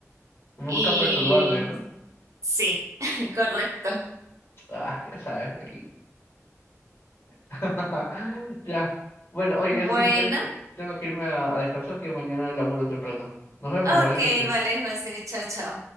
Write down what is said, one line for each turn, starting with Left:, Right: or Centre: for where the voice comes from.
Left: Busca
Right: Y
Left: perturbarte, ¿no?
Right: sí, <laughs> correcto.
Left: Ah, ya sabes, aquí. <laughs> Ya. Bueno, oye,
Right: Bueno,
Left: sí, te- tengo que irme a, a descansar que mañana laburo temprano. Nos vemos,
Right: ok,
Left: buenas noches.
Right: vale, José, chao, chao.